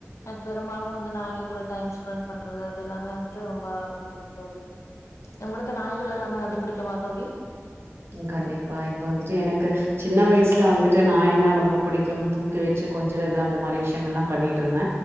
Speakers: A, on the left; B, on the right.
A: எனக்கு பெரும்பாலு வந்து நாய்க கூட டைம் ஸ்பெண்ட் பண்றது அது எல்லாமே வந்துட்டு ரொம்ப புடிக்கு தோழி உங்களுக்கு நாய்கள் எல்லாமே வந்து பிடிக்குமா தோழி
B: ம் கண்டிப்பா இப்ப வந்துட்டு எனக்கு சின்ன வயசுல வந்துட்டு நாய ஒனா ரொம்ப புடிக்கும் தூக்கி வச்சு கொஞ்சறது அந்த மாதிரி விஷய எஎன்னெல்லா ணிட்டு இருந்த